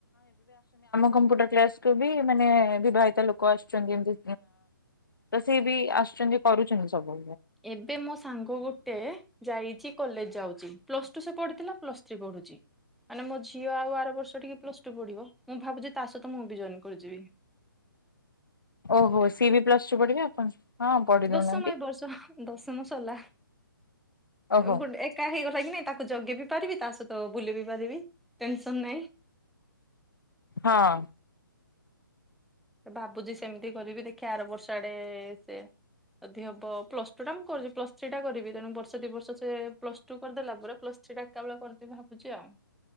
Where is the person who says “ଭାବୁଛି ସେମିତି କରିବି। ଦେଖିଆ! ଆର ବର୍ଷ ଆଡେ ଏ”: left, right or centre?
Centre